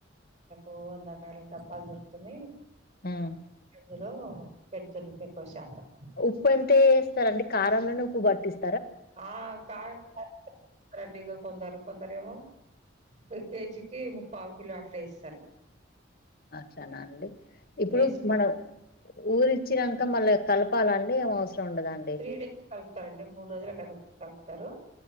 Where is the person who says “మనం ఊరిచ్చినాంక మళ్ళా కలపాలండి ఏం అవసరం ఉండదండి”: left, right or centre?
Left